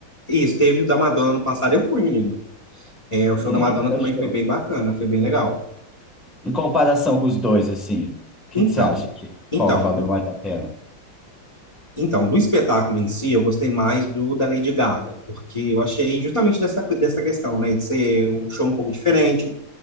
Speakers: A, on the left; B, in the centre.
A: isso, teve o da Madonna no passado, eu fui, menino. É, o show
B: E
A: da
B: aí,
A: Madonna
B: o que você
A: também
B: achou?
A: foi bem bacana, foi bem legal.
B: Em comparação com os dois, assim, o que
A: Então,
B: que você acha que
A: então,
B: qual valeu
A: do-
B: mais a pena?
A: então, do espetáculo em si, eu gostei mais do da Lady Gaga, porque eu achei justamente dessa, dessa questão, né, de ser um show um pouco diferente,